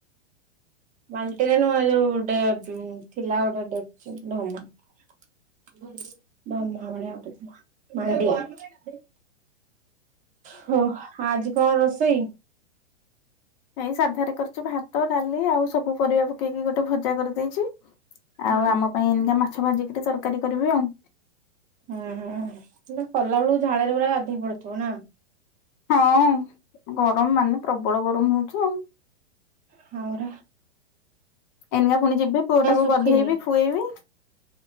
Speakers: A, on the right; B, on the left.
A: ବାଲ୍ଟି ରେ ନ ଏ ଯୋଉ ଗୋଟେ ଥିଲା ବଡ଼ଟେ <unintelligible> ହୋ ଆଜି କଣ ରୋଷେଇ?
B: ନାଇଁ ସାଧାରେ କରିଛି ଭାତ ଡାଲି ଆଉ ସବୁ ପରିବା ପକେଇକି ଗୋଟେ ଭଜା କରିଦେଇଛି।
A: ହଁ
B: ଆଉ ଆମ ପାଇଁ ଏଇନିକା ମାଛ ଭାଜିିକିରି ତରକାରୀ କରିବି ଆଉ।
A: ଉହୁଁ କିନ୍ତୁ କଲା ବେଳକୁ ଝାଳରେ ପୁରା ଗାଧେଇ ପଡିଥିବୁ ନା।
B: ହଁ ଗରମ ମାନେ ପ୍ରବଳ ଗରମ ହଉଛି ଆଉ।
A: ହଉ।
B: ଏଇନିକା ପୁଣି ଯିବି ପୁଅଟାକୁ
A: ଶୁଖିନି
B: ଗଧେଇବି ଖୁଆଇବି।